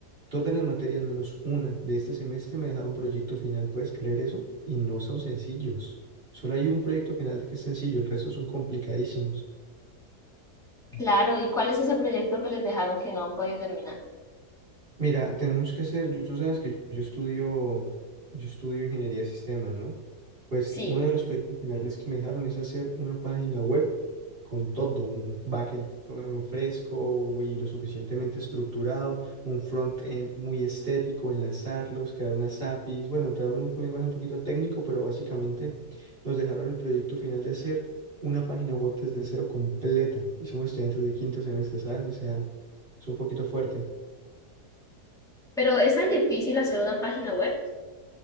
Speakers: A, on the right; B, in the centre.
A: Todas las materias menos una de este semestre me dejaron proyecto final, ¿puedes creer eso? Y no son sencillos. Solo hay un proyecto final que es sencillo, el resto son complicadísimos.
B: Claro, ¿y cuál es ese proyecto que les dejaron que no han podido terminar?
A: Mira, tenemos que hacer, yo- tú sabes que yo estudio, yo estudio ingeniería de sistemas, ¿no? Pues
B: Sí,
A: uno de los proyectos finales que me dejaron es hacer una página web con todo, un backend fre- fresco y lo suficientemente estructurado, un frontend muy estético, enlazarlos, crear unas APIs. Bueno, te hablo en un lenguaje un poquito técnico, pero básicamente nos dejaron el proyecto final de hacer una página web desde cero completa. Y somos estudiantes de quinto semestre, ¿sabes? O sea, es un poquito fuerte.
B: pero es tan difícil hacer una página web.